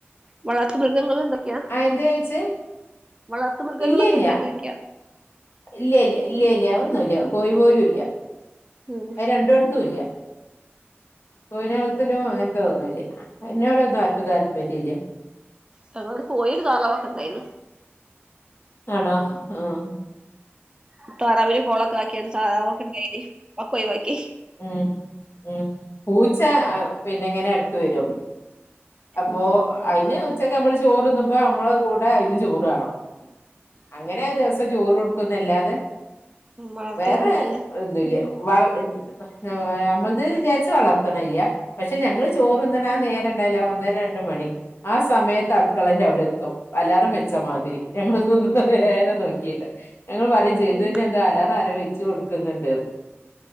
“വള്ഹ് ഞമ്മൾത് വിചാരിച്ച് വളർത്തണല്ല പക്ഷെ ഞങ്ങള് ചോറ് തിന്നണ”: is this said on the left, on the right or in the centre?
Left